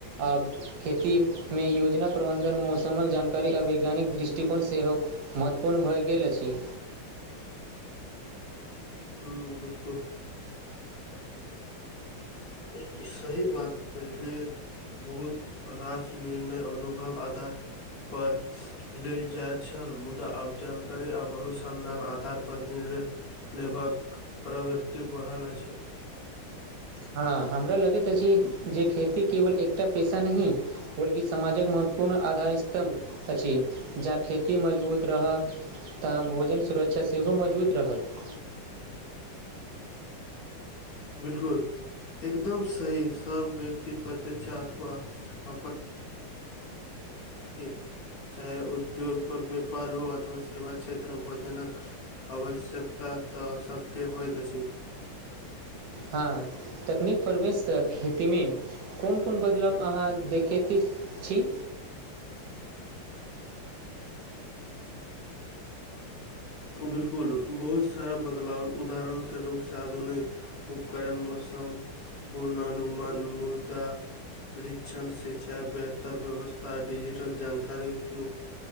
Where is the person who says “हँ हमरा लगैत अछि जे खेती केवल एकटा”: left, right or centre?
Right